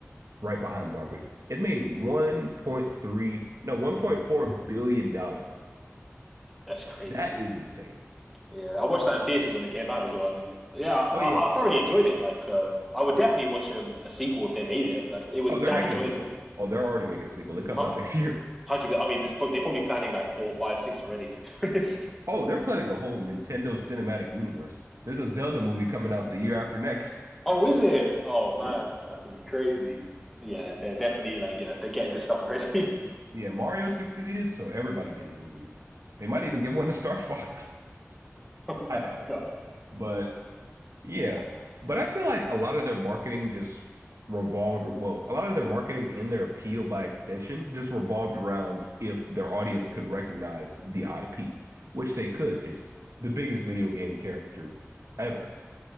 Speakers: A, on the right; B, in the centre.
A: right behind Barbie. It made 1.3, no, 1.4 billion dollars.
B: That's crazy.
A: That is insane.
B: Yeah, I watched that in theaters when it came out as well, and and yeah,
A: Oh
B: I,
A: yeah.
B: I thoroughly enjoyed it. Like, uh, I would definitely watch um, a sequel if they made it. Like, it was
A: Oh, they're
B: that
A: making
B: enjoyable.
A: a sequel. Oh, they're
B: Yeah,
A: already making a sequel. It comes
B: uh,
A: out next <laughs> year.
B: Hundred percent. I mean, this pro- they're probably planning like four, five, six already. To be <laughs> honest.
A: Oh, they're planning a whole Nintendo cinematic universe. There's a Zelda movie coming out the year after next.
B: Oh, is it? Oh man,
A: Yeah.
B: that could be crazy. Yeah, they're definitely like yeah, they're getting this stuff ready. <laughs>
A: Yeah, Mario succeeded, so everybody getting a movie. They might even give one to Star Fox. <laughs>
B: Oh
A: I
B: my
A: doubt it.
B: God.
A: But yeah. But I feel like a lot of their marketing just revolved, well, a lot of their marketing and their appeal by extension just revolved around if their audience could recognize the IP, which they could. It's the biggest video game character ever.